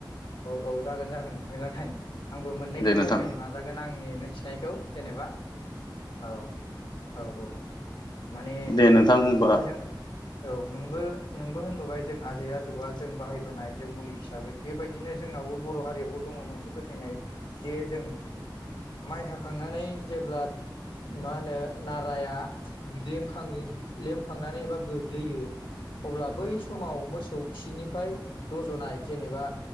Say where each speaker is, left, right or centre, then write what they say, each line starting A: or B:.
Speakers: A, on the left (about 85°); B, on the left (about 60°).
A: अ औ औ जागोन जागोन नोंथां जागोन आंबो मोननैसो
B: दे नोंथां
A: फोरमायनो नाजागोन आंनि मोनथिनायखौ जेनेबा औ औ औ माने
B: दे नोंथां होनबा
A: नों औ नोंबो नोंबो होन होबाय जों आजै आजौआ जों बाहायबोनाय जे मुलि हिसाबै बेबायदिनो जोंनावबो बर' हारियावबो दङ मोनसे फोथायनाय जे जों माइ हाखांनानै जेब्ला मा होनो नाराया बिदि खाम लेमखांनानै एबा गोग्लैयो अब्ला बै स समाव मोसौ खिनि फाय रज'नाय जेनेबा